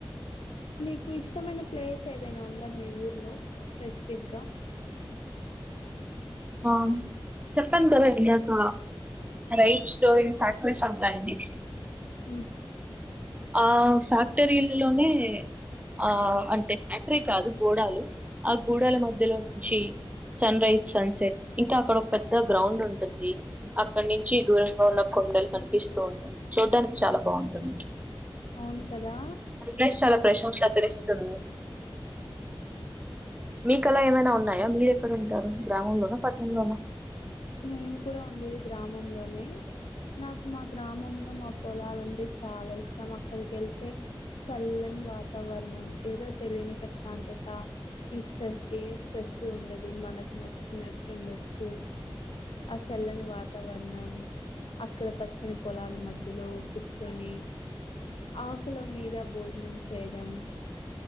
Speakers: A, on the left; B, on the right.
A: మీకు ఇష్టమైన ప్లేస్ ఏదైనా ఉందా మీ ఊర్లో స్పెసిఫిక్గా
B: ఆ చెప్పాను కదా ఇందాక రైస్టో ఫ్యాక్టరీస్ ఉంటాయి అండి
A: ఉం
B: ఆ ఫ్యాక్టరీలలోనే ఆ అంటే ఫ్యాక్టరీ కాదు గోడాలు ఆ గూడాల మధ్యలో నుంచి సన్ రైజ్ సన్ సెట్ ఇంకా అక్కడ ఒక పెద్ద గ్రౌండ్ ఉంటుంది అక్కడ నుంచి దూరంలో ఉన్న కొండలు కని ఇస్తూ ఉంటుంది చూడ్డానికి చాలా బాగుంటుంది
A: అవును కదా
B: ప్లస్ చాలా ప్రశంతతరనిస్తుంది మీ కలా ఏమైనా ఉన్నాయా మీరు ఎక్కడ ఉంటారు గ్రామంలోన పట్టనంలోన
A: మేము కూడా ఉండేది గ్రామంలోనే నాకు మా గ్రామంలో మా పొలాలంటే చాలా ఇష్టం అక్కడికి వెళ్తే చల్లని వాతావరణం ఏదో తెలియని ప్రశాంతత ఈ స్ట్రెస్ ఏ స్ట్రెస్ ఉండదు మనకు నచ్చినట్టు ఉండొచ్చు ఆ చల్లని వాతావరణం అక్కడ పచ్చని పొలాల మధ్యలో కూర్చొని ఆకుల మీద భోజనం చేయడం